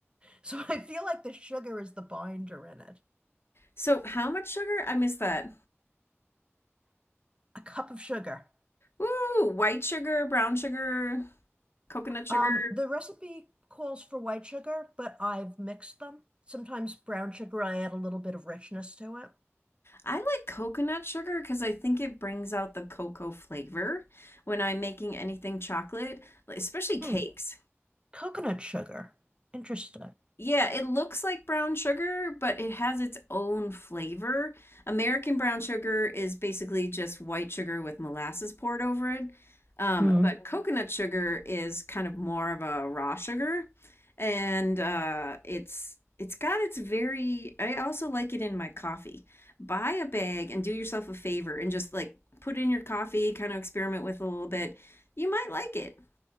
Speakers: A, on the right; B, on the left.
A: So I feel like the sugar is the binder in it.
B: So, how much sugar? I missed that.
A: A cup of sugar.
B: Ooh, white sugar, brown sugar, coconut sugar.
A: Um, the recipe calls for white sugar, but I've mixed them. Sometimes brown sugar, I add a little bit of richness to it.
B: I like coconut sugar because I think it brings out the cocoa flavor when I'm making anything chocolate, like- especially cakes.
A: Hmm. Coconut sugar. Interesting.
B: Yeah, it looks like brown sugar, but it has its own flavor. American brown sugar is basically just white sugar with molasses poured over it. Um,
A: Hmm.
B: but coconut sugar is kind of more of a raw sugar, and uh, it's it's got its very. I also like it in my coffee. Buy a bag and do yourself a favor and just like put it in your coffee, kind of experiment with it a little bit. You might like it.